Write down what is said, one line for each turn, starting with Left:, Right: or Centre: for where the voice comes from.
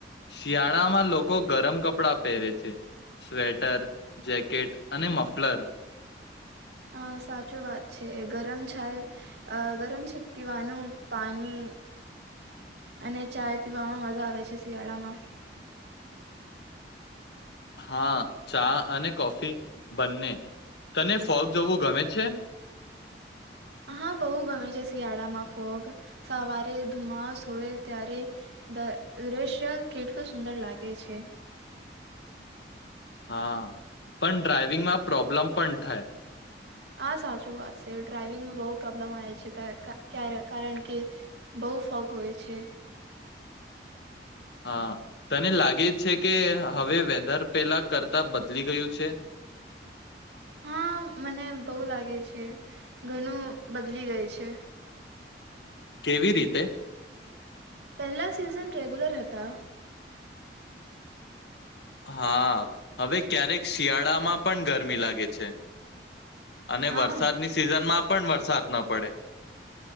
Left: શિયાળામાં લોકો ગરમ કપડા પહેરે છે, સ્વેટર, જેકેટ અને મફલર
Right: હા સાચું વાત છે. ગરમ છાય અહ ગરમ છે પીવાનું પાણી અને ચાય પીવામાં મજા આવે છે શિયાળામાં.
Left: હા ચા અને કોફી બંને. તને ફોગ જોવું ગમે છે?
Right: હા બહું ગમે છે શિયાળામાં ફોગ. સવારે ધુમાસ હોય ત્યારે દ રેશ <unintelligible> કેટલું સુંદર લાગે છે.
Left: હા પણ ડ્રાઈવિંગમાં પ્રોબ્લેમ પણ થાય.
Right: આ સાચું વાત સે. ડ્રાઈવિંગમાં બહુ પ્રોબ્લેમ આવે છે, તા કા ક્યા કારણ કે બહુ ફોગ હોયે છે.
Left: હા તને લાગે છે કે હવે વેધર પેલા કરતા બદલી ગયું છે?
Right: હા મને બહુ લાગે છે, ઘણું બદલી ગયું છે.
Left: કેવી રીતે?
Right: પહેલા સિઝન રેગ્યુલર હતા.
Left: હા. હવે ક્યારેક શિયાળામાં પણ ગરમી લાગે છે, અને
Right: હા
Left: વરસાદની સિઝનમાં પણ વરસાદ ન પડે.